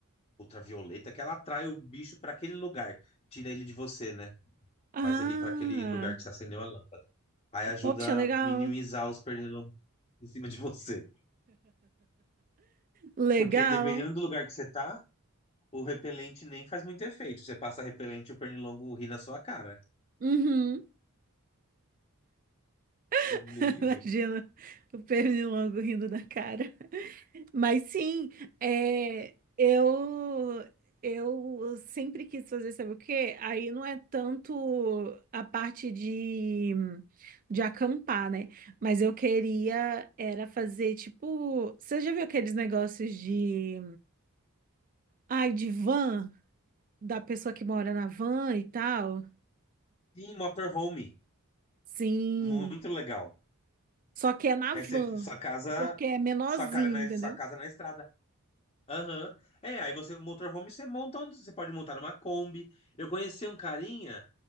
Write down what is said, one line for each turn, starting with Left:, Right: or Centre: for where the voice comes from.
Left: ultravioleta, que ela atrai o bicho para aquele lugar, tira ele de você, né?
Right: Ah,
Left: Faz ele ir para aquele lugar que você acendeu a lâmpada. Aí ajuda
Right: poxa, legal.
Left: a minimizar os pernilongos em cima de você.
Right: Legal.
Left: Porque dependendo do lugar que você tá, o repelente nem faz muito efeito. Você passa repelente e o pernilongo ri na sua cara.
Right: Uhum.
Left: <laughs>
Right: <laughs>
Left: Nem liga.
Right: Imagina o pernilongo rindo da cara. Mas sim, é, eu eu sempre quis fazer, sabe o quê? Aí não é tanto a parte de, de acampar, né? Mas eu queria era fazer tipo, você já viu aqueles negócios de, ai, de van, da pessoa que mora na van e tal?
Left: Sim, motorhome.
Right: Sim,
Left: Muito legal.
Right: só que é na
Left: Que
Right: van,
Left: aí você, sua casa,
Right: porque é menorzinho,
Left: sua cara na,
Right: entendeu?
Left: sua casa na estrada. Aham. É, aí você, motorhome, você monta onde você pode montar numa Kombi. Eu conheci um carinha,